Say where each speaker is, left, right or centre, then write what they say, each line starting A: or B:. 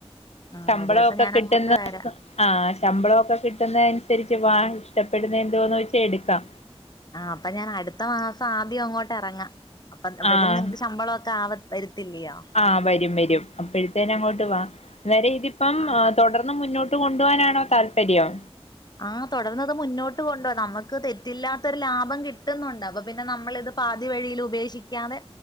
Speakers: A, on the left; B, on the left.
A: ആഹ്
B: ശമ്പളോക്കെ
A: ഒരു ദിവസം ഞാൻ
B: കിട്ടുന്ന
A: അങ്ങോട്ട് വരാം
B: ആഹ്‌ ശമ്പളോക്കെ കിട്ടുന്നനുസരിച്ച് വാ ഇഷ്ടപ്പെടുന്ന എന്തോന്ന് വെച്ചാ എടുക്കാം.
A: ആഹ്‌ അപ്പൊ ഞാൻ അടുത്ത മാസം ആദ്യം അങ്ങോട്ട് എറങ്ങാ. അപ്പ അപ്പത്തെന്
B: ആഹ്
A: നിങ്ങക്ക് ശമ്പളമൊക്കെ ആവ വെരും. തില്ല്യയാ.
B: ആഹ് വരും വരും അപ്പോഴത്തേന്നെ അങ്ങോട്ട് വാ. അന്നേരം ഇതിപ്പം
A: ആഹ്
B: തുടർന്ന് മുന്നോ ട്ട് കൊണ്ടു പോകാനാണോ താല്പര്യം.
A: ആഹ്‌ തുടർന്നത് മുന്നോട്ട് കൊണ്ടു പോണം. നമുക്ക് തെറ്റില്ലാത്തൊരു ലാഭം കിട്ടുന്നുണ്ട്. അപ്പൊ പിന്നെ നമ്മളിത് പാതി വഴിയിൽ ഉപേക്ഷിക്കാതെ